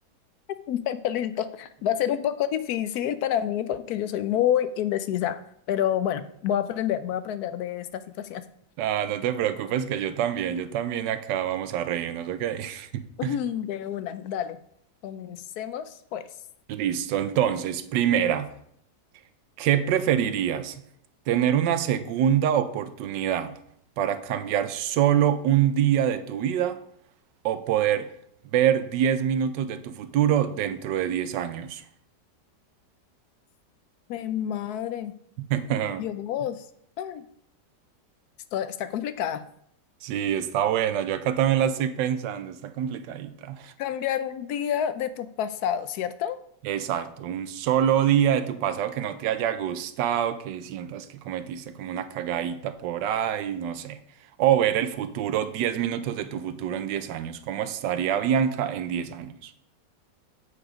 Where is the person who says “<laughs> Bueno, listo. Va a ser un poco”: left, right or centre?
Left